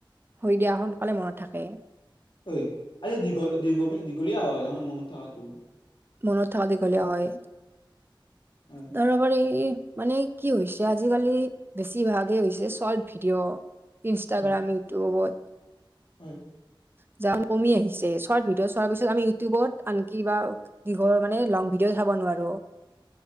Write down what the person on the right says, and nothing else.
হয় দিয়া সোনকালে মনত থাকে।
মনত থাকা দীঘলীয়া হয়।
তাৰমানে এই মানে কি হৈছে আজিকালি বেছিভাগেই হৈছে শৰ্ট ভিডিঅ' ইনষ্টাগ্ৰাম,
ইউটিউবত।
<unintelligible> কমি আহিছে চৰ্ট ভিডিঅ' চোৱাৰ পিছত আমি ইউটিউবত, আনকি বা কি হয় মানে লং ভিডিঅ চাব নোৱাৰো।